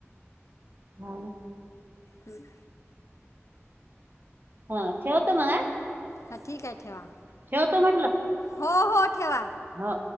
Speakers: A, on the right; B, on the left.
A: हा
B: हम्
A: हा ठेवत म
B: हा ठीक आहे ठेवा
A: ठेवत म्हटलं
B: हो हो ठेवा
A: हो